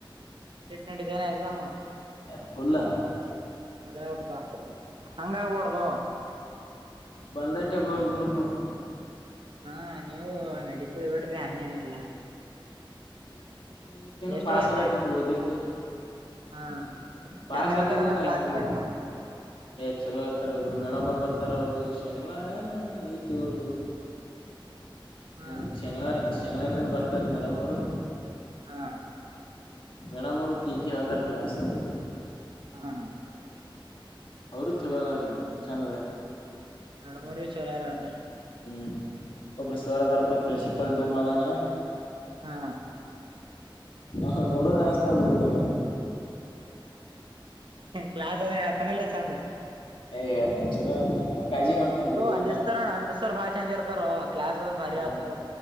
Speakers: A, on the right; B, on the left.
A: <unintelligible> ಟ್ರೀಟ್ಮೆಂಟ್ <unintelligible> ಇದೇನೆ ಎಕ್ಸಾಮ್
B: ಎ ಫುಲ್
A: <unintelligible> ಎಲಪ್ಪ ಹಂಗ ಆಗ್ಬೋಡ್ದ
B: ಬಂದೈತೆ ಬು <unintelligible> ನಾವು
A: ಹಾ ನೀವು ನಡೀತದ ನೋಡ್ರಿ ಹಂಗೇನಿಲ್ಲಾ
B: ಹಂಗೇನಿಲ್ಲ <unintelligible> ಇಲ್ಲಕ್ಕಏನು
A: ಎಷ್ಟೋ
B: <unintelligible> ಪಾಸ
A: ಐತೆ
B: ಕಟ್ಟಿಟ್ಟು ಓದಿರ್ತಿವು
A: ಹಾ
B: ಪಾಸ್
A: ಚಂದ ಹೇಳ್ತಾರಂದ್ರ
B: ಆಗೋದೇನಾ
A: ಕ್ಲಾಸ್
B: ಇದು
A: ಮೇಡಮ್ ಅವ್ರ.
B: ಏ ಚಲೋ ಹೇತಾರ ಒಬ್ರು ಮೇಡಮ್ ಅವರು ಬರ್ತಾರ ಅವರು ಶನಿವಾರಾನ ಐತಿವ್ರಗು
A: ಹಾ
B: ಹ್ಮ್ ಶನಿವಾರ ಶನಿವಾರ ದಿನ ಬರ್ತಾರ ಮೇಡಮ್ ಅವ್ರು
A: ಹಾ
B: ಮೇಡಮ್ ಅವರು ತಿಕಿ ಹತಾರ ಕ್ಲಾಸ್ ಅದು
A: ಹಾ ಹಾ
B: ಅವರು ಚಲೋ ಅದಾರ ಮೇಡಮ್ ಚೆಂದ್ ಅದಾರ
A: ಎರಡಮರು ಚಲೋರ ಅಂದರ
B: ಹ್ಮ್ ಒಬ್ ಸರ್ ಇದರಪ್ಪ ಪ್ರಿನ್ಸಿಪಾಲ್ ಡುಮ್ ಅದಾನ
A: ಹಾ
B: ಹ ನೋಡೋಣಸ್ತಾ <unintelligible> ಹುಡ್ಡು ಎಲ್ಲ
A: ಕ್ಲಾಸ್ ಅದ ಯಾವತಾನ ಇಲ್ಲ ಚಂದ
B: ಏ ಹೇಳ್ತಾನ ಚಲೋ ಆತಾನ ಕಾಜಿ ಮಾಡತನ್ ಹುಡುಗ್ರರಿ
A: ನನ್ <unintelligible> ಚುಸ್ಾರ ನ <unintelligible> ಅನ್ಚುಸ್ಾರ ಬಾರಿ ಚಂದ ತೇರ್ತಾರ ಕ್ಲಸ್ ಅದ ಭಾರಿ
B: ಹಾ
A: ಆತಾರ